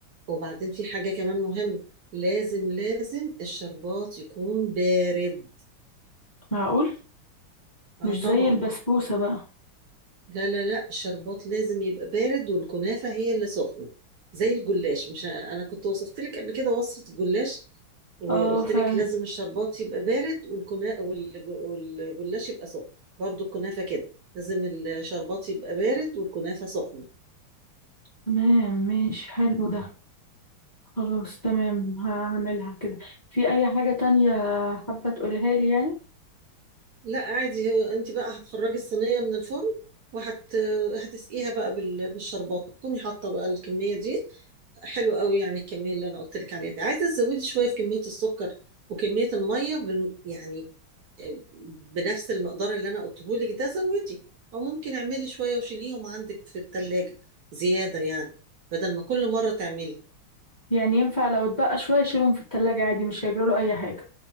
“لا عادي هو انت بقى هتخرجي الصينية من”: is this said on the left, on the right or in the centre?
Right